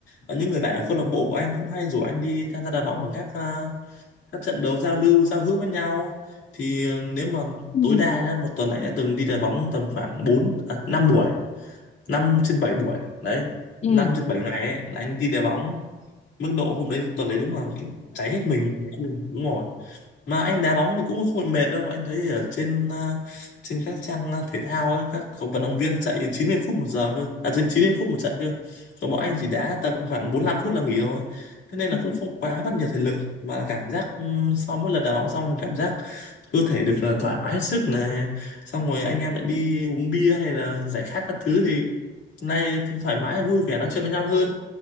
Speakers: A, on the left; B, on the left.
A: và những người bạn ở câu lạc bộ của anh cũng hay rủ anh đi tham gia đá bóng ở các à, các trận đấu giao lưu giao hữu với nhau thì ờ, nếu mà
B: Ừ.
A: tối đa nhá một tuần anh đã từng đi đá bóng tầm khoảng bốn à, 5 buổi 5 trên 7 buổi đấy năm
B: Ừ.
A: trên 7 ngày ấy là anh đi đá bóng mức độ hôm đấy tuần đấy đúng là kiểu cháy hết mình luôn đúng rồi mà anh đá bóng thì cũng không bị mệt đâu anh thấy ở trên à, trên các trang à, thể thao ấy, các cầu vận động viên chạy 90 phút một giờ cơ à trên 90 phút một trận cơ còn bọn anh chỉ đá tầm khoảng 45 phút là nghỉ rồi thế nên
B: Ừ.
A: là cũng không quá mất nhiều thể lực mà là cảm giác ừ, sau mỗi lần đá bóng xong cảm giác cơ thể được là thoải mái hết sức này xong rồi anh em lại đi uống bia hay là giải khát các thứ thì nay thoải mái vui vẻ nói chuyện với nhau hơn